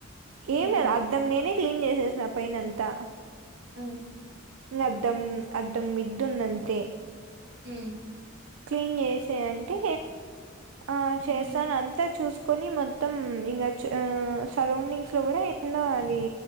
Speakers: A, on the right; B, on the right.
A: ఏం
B: హ్మ్.
A: లే అద్దం నేనే క్లీన్ చేసేసిన పైన అంతా
B: ఆ
A: ఇ అద్దం అద్దం మిద్దునంతే
B: ఊమ్
A: క్లీన్ చేసే అంటే ఆ
B: హ్మ్.
A: చేస్తాను అంత చూసుకొని మొత్తం ఇంకా చ ఆ సరౌండింగ్స్ లో కూడా ఏన్నో అది